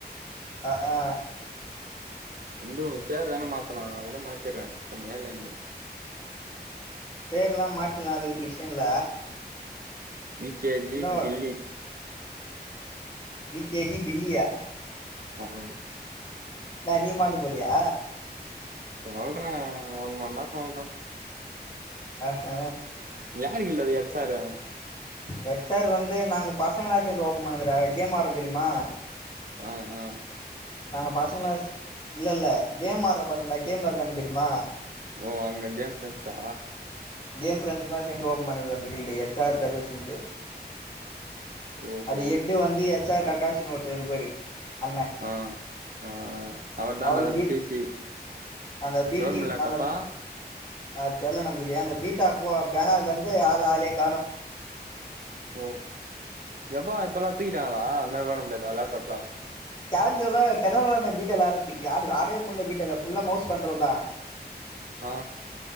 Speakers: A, on the left (about 25°); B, on the right (about 55°).
A: அ அ
B: வந்து உ பேர் தானே மாத்தணு கூட மாத்தடுறே சரில எனக்கு
A: பேர் எல்லா மாத்திர்லா அது ஒரு விஷ்யோ இல்ல
B: வி கே ஜி
A: இன்னு
B: கில்லி
A: வி கே ஜி பில்லியா
B: அ அ
A: நான் நீ மாட்ட போறியா
B: சொல்றே ஒன்மணா சொல்றே
A: அ ஹ
B: யாருக்கு இல்லது வெச்சாரா
A: ஹச் ஆர் வந்து நாங்க பசங்களா சேந்து ஓப்பன் பண்ணதுற கேம் வர தெரியுமா
B: அ அ
A: நாங்க பசங்களா இல்ல இல்ல கேம் ஆட்ற பசங்களடா கேம்ல இருக்கானு தெரியுமா
B: ஓ அங்க கேம் ஃப்ரெண்ட்ஸா
A: கேம் பிரஞ்சலாம் சேர்ந்து ஓபன் பண்ணது அந்த கில்டு எ ச் ஆர் பேதர்சன்ட்டு
B: ஓஹோ
A: அது எட்டு வந்து எச் ஆர் ககாஷின் ஒருத்தரு இருப்பாரு அண்ண
B: ஆ ஆ அவர் தான
A: அவரு
B: அது
A: பி
B: பிசி
A: அந்த பீடி
B: கவர்மெண்ட் லேப்டாப்பா
A: அந்த அ தெரியல நம்மளுக்கு ஏன் அந்த பீட்டா போ பேனர்ல இருந்து ஆள் ஆளே காணம்
B: ஓ எப்பா இப்ப எல்லா தூக்கிட்டாங்களா அந்த மாரி வெளாட முடியாதா லேப்டாப்லா
A: யாருன்னு தெரில <unintelligible> பீட்டலா ஆட்ரதுக்கு ஆட ஆடவே முடியல பீட்டல்லா ஃபுல்லா மவுஸ் கண்ட்ரோல் தா
B: அ